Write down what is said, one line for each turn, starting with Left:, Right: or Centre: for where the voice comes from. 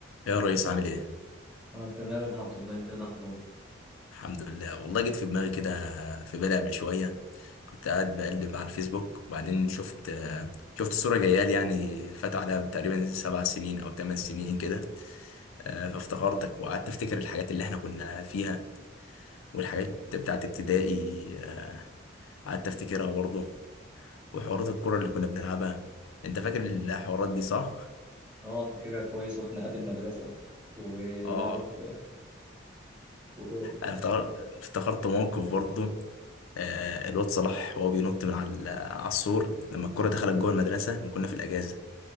Left: يا ريس عامل ايه؟
Centre: اه تمام الحمد لله انت ايه الاخبار
Left: الحمد لله والله جيت في دماغي كده في بالي قبل شوية كنت قاعد بقلب على الفيسبوك وبعدين شفت شفت صورة جايالي يعني فات عليها تقريبا سبع سنين أو ثمان سنين كده آه، فافتكرتك وقعدت أفتكر الحاجات اللي احنا كنا فيها والحاجات بتاعت ابتدائي آه، قعدت أفتكرها برضه وحوارات الكرة اللي كنا بنلعبها أنت فاكر الحوارات دي صح؟
Centre: اه فاكرها كويس وخناقات المدرسه ولعبه
Left: آه
Centre: <laughs> و...
Left: أنا افتكر- افتكرت موقف برضه آه، الواد صلاح وهو بينط من على على السور لما الكرة دخلت جوه المدرسة لما كنا في الأجازة